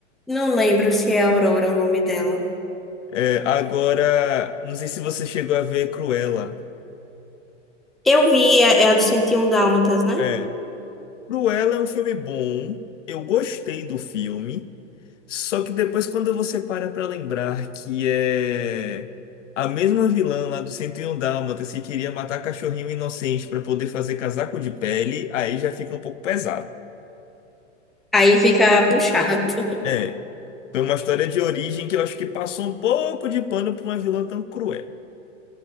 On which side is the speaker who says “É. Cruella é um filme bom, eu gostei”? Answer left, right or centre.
Left